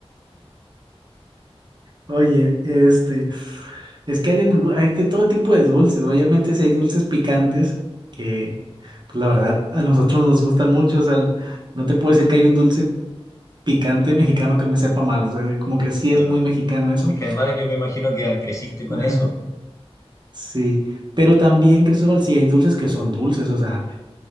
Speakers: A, on the right; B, on the left.
A: Oye, este, es que hay de, dul- hay de todo tipo de dulces. ¿no? Obviamente, si hay dulces picantes que, pues la verdad, a nosotros nos gustan mucho. O sea, no te puedo decir que hay un dulce picante mexicano que me sepa mal. O sea, como que sí
B: Claro,
A: es muy mexicano eso.
B: es que además yo me imagino que creciste con
A: Ajá,
B: eso
A: sí. Pero también, Cristóbal, sí hay dulces que son dulces. O sea,